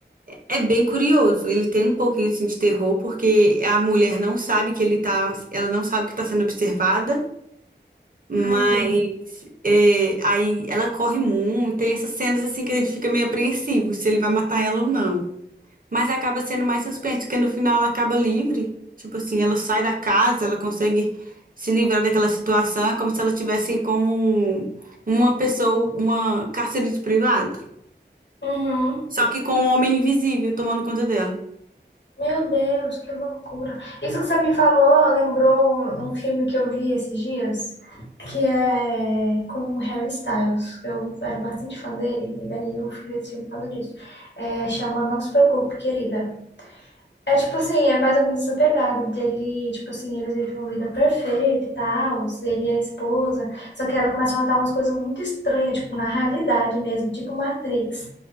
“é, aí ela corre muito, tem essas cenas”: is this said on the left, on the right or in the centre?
Right